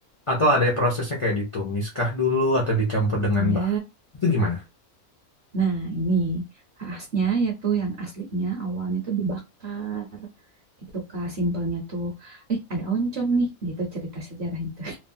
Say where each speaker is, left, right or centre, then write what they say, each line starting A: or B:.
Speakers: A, on the left (about 50°); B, on the right (about 55°).
A: atau ada prosesnya kayak ditumis kah dulu atau dicampur dengan
B: Iya.
A: bahan itu gimana?
B: Nah, ini khasnya yaitu yang aslinya awalnya tuh dibakar gitu Kak, simpelnya tuh eh ada oncom nih gitu cerita sejarah itu. <laughs>